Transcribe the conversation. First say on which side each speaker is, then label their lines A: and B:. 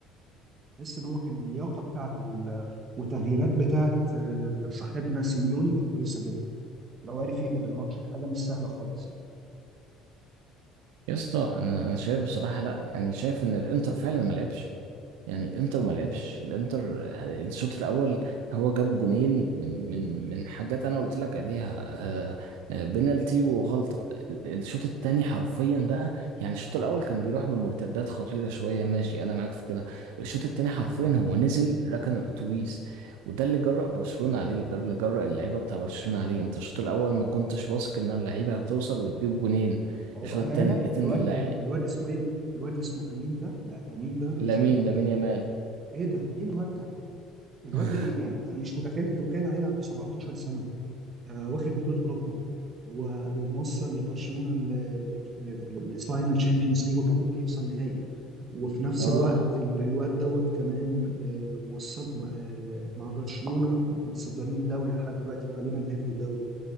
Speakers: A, on the right; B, on the right.
A: تحس ان هو كان اللياقه بتاعته وال- والتغييرات بتاعت آه، صاحبنا سيميوني كانت كويسه جدا لو عرف يقلب الماتش دي حاجه مش سهله خالص يعني
B: يا اسطى انا انا شايف بصراحه لا يعني شايف ان الانتر فعلا ما لعبش يعني الانتر ما
A: مم.
B: لعبش الانتر آه، الشوط الاول هو جاب جونين من من من حاجات انا قلت لك عليها آه، آه، بنالتي وغلطه الشوط الثاني حرفيا بقى يعني الشوط الاول كان بيروح بمرتدات خطيره شويه ماشي انا معاك في كده الشوط الثاني حرفيا هو نزل ركن الاتوبيس وده اللي جرأ برشلونه عليه ده اللي جرأ اللعيبه بتاع برشلونه عليه انت الشوط الاول ما كنتش واثق ان اللعيبه هتوصل وتجيب جونين
A: هو
B: الشوط
A: بامانه
B: التاني لقيت
A: الواد
B: ان اللع-
A: الواد اسمه ايه الواد اللي اسمه امين ده لا لامين ده ملوش
B: لامين
A: حل
B: لامين يامال
A: ايه ده ايه الواد ده
B: <laughs>
A: الواد
B: اه
A: ده إيه؟ يعني انا مش متخيل انت متخيل عيل عنده 17 سنه آه، واخد بطولة أوروبا و- وموصل برشلونة للفاينال تشامبيونز ليج وكان ممكن يوصل نهائي وفي نفس
B: آه.
A: الوقت ال- الواد دوت كمان آه، موصل آه، مع برشلونة متصدرين الدوري لحد دلوقتي وغالبا هياخدوا الدوري